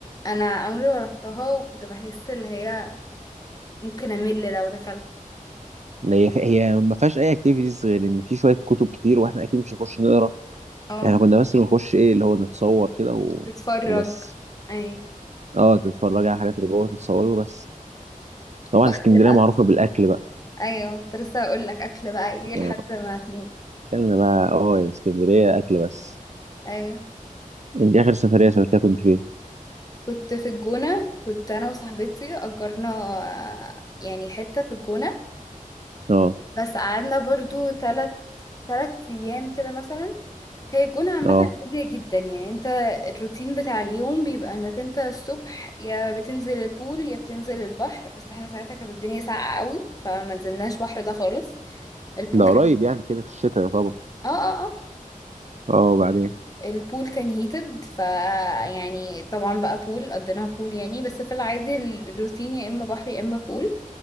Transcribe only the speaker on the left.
انا عمري ما رحتها وكنت بحس اللي هي ممكن امل لو دخلت
اه
بتفرج
ايوه
واكل
بقى
ايوه كنت لسه هقول لك اكل بقى ايه لحد
ما تموت
ايوه
كنت في الجونة كنت انا وصاحبتي اجرنا آه، يعني حتة في الجونة
بس قعدنا برضو تلت تلت ايام كده مثلا هي الجونة عامة
هادية جدا يعني انت الروتين بتاع اليوم بيبقى انك انت الصبح يا بتنزل البول يا بتنزل البحر بس احنا ساعتها كانت الدنيا ساقعة قوي فما نزلناش بحر ده خالص البول
كان
اه اه اه
البول كان هيتد ف يعني طبعا بقى بول قضيناها بول يعني بس في العادي الروتين يا اما بحر يا اما بول